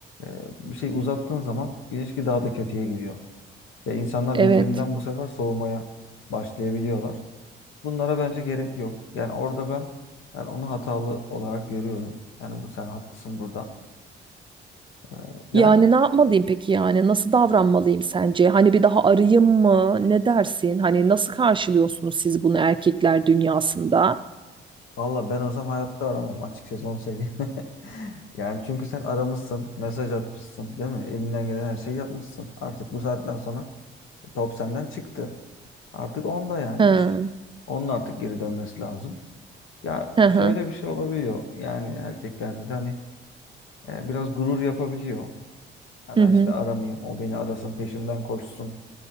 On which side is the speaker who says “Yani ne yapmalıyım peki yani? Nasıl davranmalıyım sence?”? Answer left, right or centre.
Right